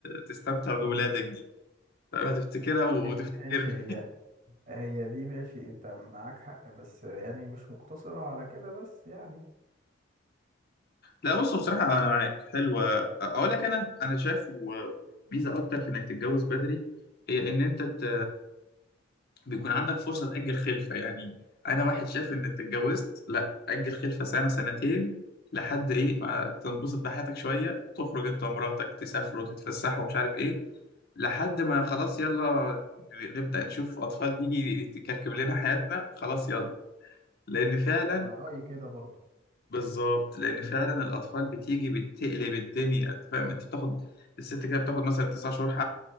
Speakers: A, on the left (about 55°); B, on the right (about 45°).
A: تستمتع بولادك دي فاهم؟ هتفتكرها
B: <laughs>
A: وتفتكرني
B: ماشي هي
A: <laughs>
B: هي دي ماشي انت معاك حق بس يعني مش مقتصرة على كده بس يعني
A: لا بص بصراحه انا معاك حلوه اقول لك انا انا شايف ميزه اكتر في انك تتجوز بدري هي ان انت ت... بيكون عندك فرصة تأجل خلفة يعني أنا واحد شايف إنك اتجوزت لأ أجل خلفة سنة سنتين لحد إيه ما تنبسط بحياتك شوية تخرج أنت ومراتك تسافروا تتفسحوا ومش عارف إيه لحد ما خلاص يلا نبدأ نشوف أطفال تيجي تكركب لنا حياتنا خلاص يلا لأن فعلا
B: انا رأيي كده برضو
A: بالظبط لأن فعلا الأطفال بتيجي بتقلب الدنيا أنت فاهم أنت بتاخد الست كده بتاخد مثلا تسع شهور